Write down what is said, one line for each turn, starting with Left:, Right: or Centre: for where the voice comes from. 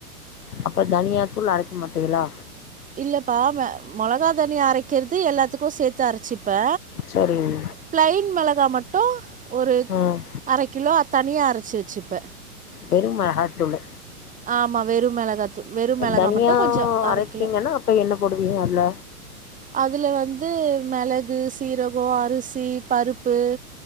Left: அப்ப தனியாத்தூள் அரைக்க மாட்டீகளா
Right: இல்லப்பா மெ மொளகா தனியா அரைக்கிறது எல்லாத்துக்கு சேர்த்து அரைச்சு இப்ப
Left: சரிங்
Right: பிளைன் மளக் இருந்தா மட்டு ஒரு
Left: ம்
Right: அர கிலோ தனியா அரைச்சு வச்சுப்ப
Left: வெறும் மிளகாத்தூளு
Right: ஆமா வெறும் மெளகாதூள் வெறும் மிளகா
Left: தனியா
Right: மட்டு கொஞ்சோ அர
Left: அரைப்பீங்கன்னா
Right: கிலோ
Left: அப்ப என்ன போடுவீங்க அதுல
Right: அதுல வந்து மெளகு சீரகோ அரிசி பருப்பு